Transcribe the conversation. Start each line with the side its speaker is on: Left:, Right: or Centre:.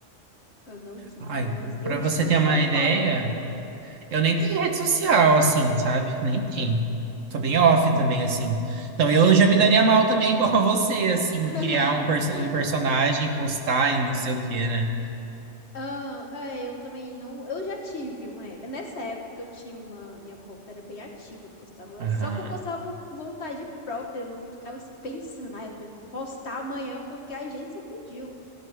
Left: Eu não quis,
Right: Ai,
Left: mas eu
Right: para você
Left: super
Right: ter uma
Left: apoio
Right: ideia, eu nem
Left: de
Right: tenho
Left: que.
Right: rede social, assim, sabe? Nem tenho. Tô bem off
Left: Hum,
Right: também, assim. Então, eu já me
Left: hum.
Right: daria mal também, <laughs> igual a você, assim,
Left: <laughs>
Right: criar um, perso- um personagem, postar e não sei o quê, né?
Left: Ah, é, eu também não. Eu já tive uma época. Nessa época eu tinha uma. Minha conta era bem ativa, eu postava.
Right: Aham,
Left: Só que eu postava por vontade própria, eu não ficava assim pensando, ah, eu tenho que postar amanhã porque a agência pediu.